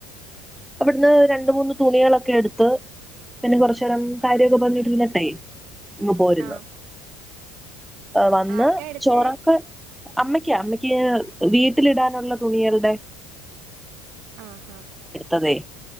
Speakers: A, in the centre; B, on the right (about 60°).
A: അവിടുന്ന് രണ്ട് മൂന്ന് തുണികളൊക്കെ എടുത്ത് പിന്നെ കുറച്ചു നേരം കാര്യയൊക്കെ പറന്നിട്ടിന്നട്ടെ ഇങ്ങ് പോരുന്നു
B: ആഹ്
A: വന്ന്
B: ആർക്കാ എടുത്തേ
A: ചോറൊക്കെ അമ്മയ്ക്ക അമ്മയ്ക്ക് വീട്ടിലിടാനുള്ള തുണികളുടെ
B: ആ ഹ
A: അതെ